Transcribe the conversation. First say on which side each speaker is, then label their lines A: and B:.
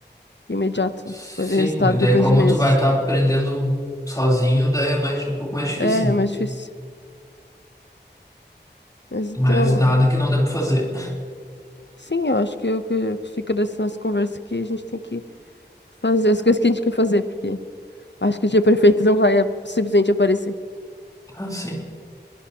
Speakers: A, on the left; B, on the left.
A: imediato,
B: Sim,
A: né? Tu vai ver resultado
B: e daí
A: depois
B: como
A: de meses.
B: tu vai estar aprendendo sozinho, daí é mais, um pouco mais difícil,
A: É, é
B: né?
A: mais difícil. Mas então,
B: Mas nada que não dê pra fazer.
A: Sim, eu acho que o que fica dessa nossa conversa que a gente tem que fazer as coisas que a gente quer fazer, porque acho que o dia perfeito não vai é, simplesmente aparecer.
B: Ah, sim.